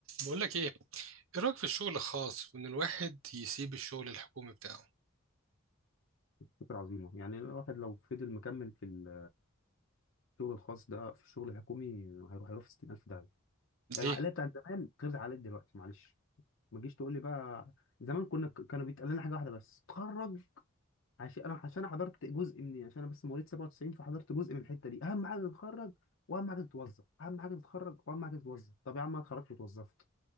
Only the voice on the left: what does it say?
فكرة عظيمة يعني الواحد لو فضل مكمل في ال- الشغل الخاص ده في الشغل الحكومي هيروح هيروح في 60000 داهية العقلية
بتاعت زمان غير العقلية دلوقتي معلش ما تجيش تقول لي بقى زمان كنا كانوا بيتقال لنا حاجة واحدة بس تخرج عشان انا عشان أنا حضرت جزء مني عشان انا بس مواليد 97 فحضرت جزء من الحتة دي اهم حاجة تتخرج واهم حاجة تتوظف اهم حاجة تتخرج واهم حاجة تتوظف طب يا عم انا اتخرجت واتوظفت